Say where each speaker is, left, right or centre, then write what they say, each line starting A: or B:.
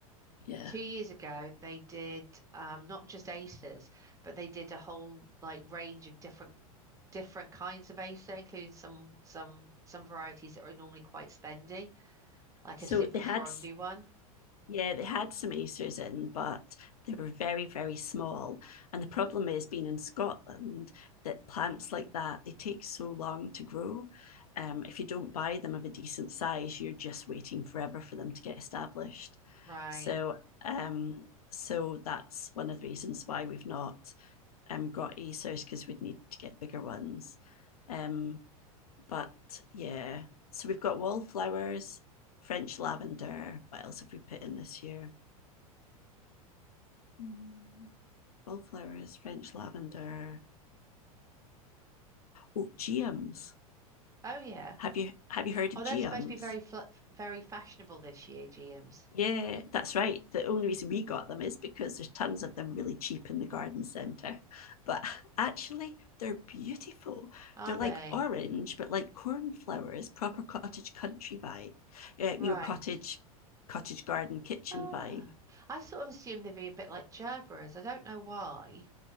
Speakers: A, on the left; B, on the right.
A: yeah
B: Two years ago, they did um, not just aces, but they did a whole like range of different different kinds of acer, including some some some varieties that are normally quite spendy, like
A: so
B: a super
A: they had
B: frondy one.
A: Yeah, they had some acers in, but they were very, very small. And the problem is being in Scotland that plants like that they take so long to grow. Um, if you don't buy them of a decent size, you're just waiting forever for them to get established.
B: Right.
A: So, um, so that's one of the reasons why we've not um, got acers because we'd need to get bigger ones. Um, but yeah, so we've got wallflowers, French lavender. What else have we put in this year? Mm. Wallflowers, French lavender. Oh, GMs.
B: Oh yeah.
A: Have you have you heard of
B: Oh, they're
A: GMs?
B: supposed to be very fl very fashionable this year, GMs.
A: Yeah, that's right. The only reason we got them is because there's tons of them really cheap in the garden centre. But actually, they're beautiful.
B: Are
A: They're like
B: they?
A: orange, but like cornflowers, proper cottage country vibe. Yeah,
B: Right.
A: you know, cottage cottage garden kitchen
B: Ah,
A: vibe.
B: I sort of assume they'd be a bit like Gerberas. I don't know why,